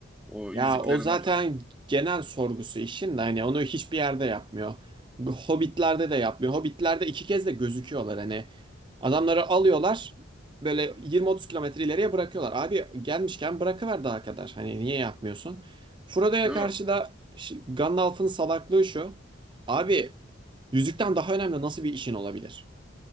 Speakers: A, in the centre; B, on the right (about 25°).
A: O
B: Ya
A: Yüzüklerin
B: o zaten
A: Efendisi.
B: genel sorgusu işin de hani onu hiçbir yerde yapmıyor. Hobbitlerde de yapmıyor. Hobbitlerde iki kez de gözüküyorlar hani. Adamları alıyorlar böyle 20-30 kilometre ileriye bırakıyorlar. Abi gelmişken bırakıver daha kadar. Hani niye yapmıyorsun? Frodo'ya
A: Değil
B: karşı
A: mi?
B: da şi- Gandalf'ın salaklığı şu. Abi yüzükten daha önemli nasıl bir işin olabilir?